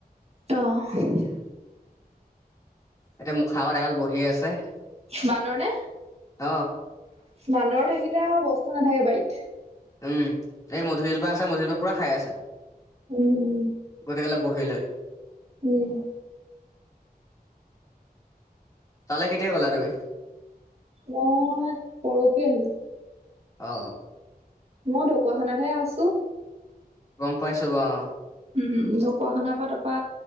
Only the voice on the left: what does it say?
এতিয়া মুখা আগত এগাল বহি আছে
অ।
উম এই মধুৰি এজোপা আছে মধুৰি জোপা পুৰা খাই আছে।
গোটেই গালে বহি লৈ।
তালে কেতিয়া গ'লা তুমি
অ
গম পাইছো বাৰু অ